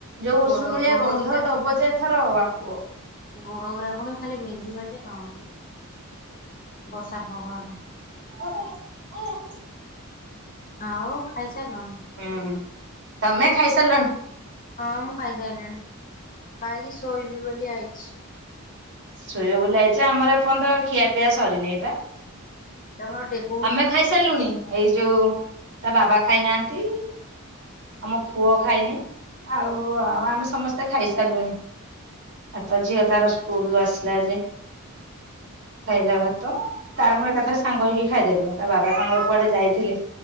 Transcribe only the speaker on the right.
ଯୋଉ
ଉଷୁମୂଳିଆ
ଗନ୍ଧ
ଦବ ଯେ ଏଥର ବାପ।
<unintelligible>
ହୁଁ ତମେ ଖାଇ ସାରିଲଣି?
ଶୋଇବ ବୋଲି ଆଇଚ, ଆମର ଏପର୍ଯ୍ୟନ୍ତ ଖିଆ ପିଆ ସରିନେଇ ବା।
ଆମେ ଖାଇସାରିଲୁଣି, ଏଇ ଯୋଉ ତା ବାବା ଖାଇନାହାନ୍ତି। ଆମ ପୁଅ ଖାଇନି ଆଉ, ଆଉ ଆମେ ସମସ୍ତେ ଖାଇସାରିଲୁଣି। ଆତ ଝିଅ ତାର ସ୍କୁଲୁରୁ ଆସିଲା ଯେ ଖାଇଲା ଭାତ, ତାର ମୋର ଏକାଥରେ ସାଙ୍ଗ ହେଇକି ଖାଇଦେଲୁ, ତା ବାବା ତାଙ୍କର କୁଆଡେ ଯାଇଥିଲେ?